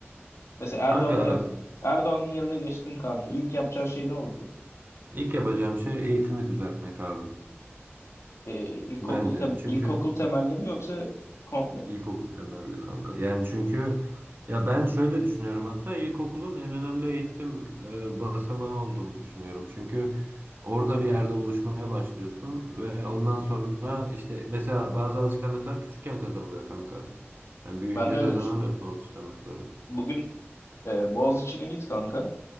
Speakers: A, on the left; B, on the right.
A: Mesela
B: Kanka
A: Erdoğan'ın yer, Erdoğan'ın yerine geçtin kanka. İlk yapacağın şey ne olurdu?
B: ilk yapacağım şey eğitimi düzeltmek abi.
A: Eee ilkokul,
B: Bence
A: tem,
B: çünkü
A: ilkokul temelli mi yoksa komple
B: İlkokul
A: mi?
B: temelli kanka. Yani çünkü ya ben şöyle düşünüyorum hatta ilkokulun en önemli eğitim e, basamağı olduğunu düşünüyorum. Çünkü orada bir yerde oluşmaya başlıyorsun ve ondan sonra işte mesela bazı alışkanlıklar küçükken kazanılıyor kanka. Yani büyüyünce
A: Ben de öyle
B: kazanamıyorsun
A: düşünüyorum.
B: o alışkanlıkları.
A: Bugün eee Boğaziçi'ne git kanka.